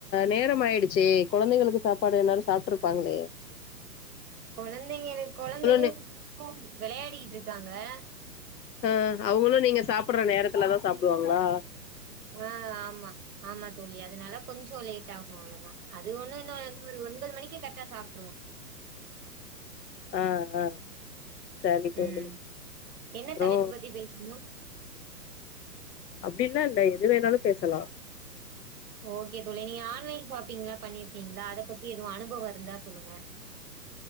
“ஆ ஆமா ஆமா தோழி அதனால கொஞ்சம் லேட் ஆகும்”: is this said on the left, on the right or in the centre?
Right